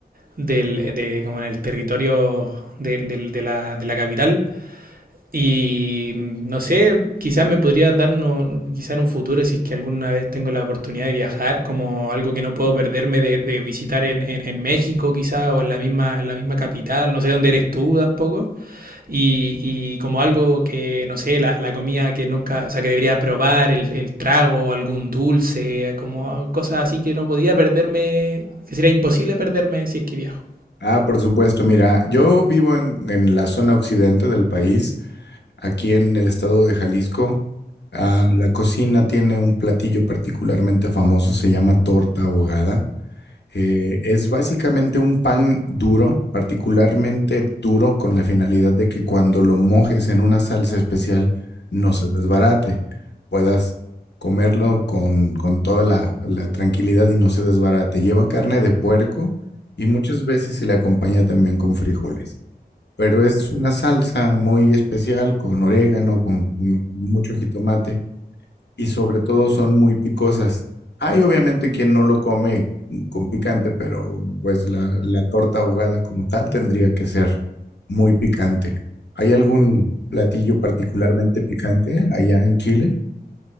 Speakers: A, on the right; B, on the left.
A: del, de, como en el territorio de, de, de, la, de la capital. Y mm, no sé, quizás me podría dar, no, quizás en un futuro, si es que alguna vez tengo la oportunidad de viajar, como algo que no puedo perderme de, de visitar en, en, en México, quizás, o en la, misma, en la misma capital, no sé dónde eres tú tampoco. Y, y como algo que, no sé, la, la, comida que nunca, o sea, que debería probar, el, el trago, algún dulce, como cosas así que no podía perderme, que sería imposible perderme si es que viajo.
B: Ah, por supuesto, mira, yo vivo en, en la zona occidente del país, aquí en el estado de Jalisco. Ah, la cocina tiene un platillo particularmente famoso, se llama torta ahogada. Eh, es básicamente un pan duro, particularmente duro, con la finalidad de que cuando lo mojes en una salsa especial no se desbarate, puedas comerlo con, con toda la, la tranquilidad y no se desbarate. Lleva carne de puerco y muchas veces se le acompaña también con frijoles, pero es una salsa muy especial con orégano, con mm, mucho jitomate y sobre todo son muy picosas. Hay obviamente quien no lo come con picante, pero pues la, la torta ahogada como tal tendría que ser muy picante. ¿Hay algún platillo particularmente picante allá en Chile?